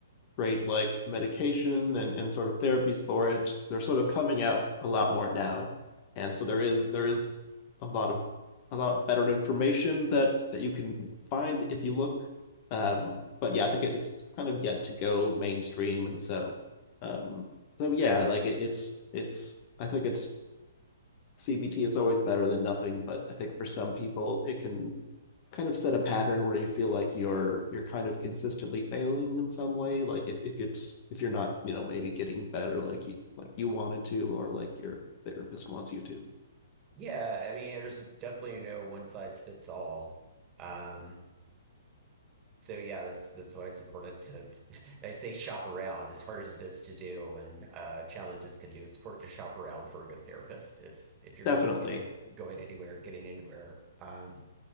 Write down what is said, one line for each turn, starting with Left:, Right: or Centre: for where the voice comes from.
Left: great like medication and, and sort of therapies for it they're sort of coming out a lot more now and so there is there is a lot of a lot better information that that you can find if you look um but yeah i think it's kind of yet to go mainstream and so um so yeah like it, it's it's i think it's cbt is always better than nothing but i think for some people it can kind of set a pattern where you feel like you're you're kind of consistently failing in some way like if, if it's if you're not you know maybe getting better like you like you wanted to or like your therapist wants you to
Right: Yeah, I mean, there's definitely no one size fits all. Um, so yeah, that's that's why it's important to <laughs> I say shop around as hard as it is to do and uh, challenges can do. It's important to shop around for a good therapist if if you're
Left: definitely
Right: not, you know, going anywhere, getting anywhere. Um,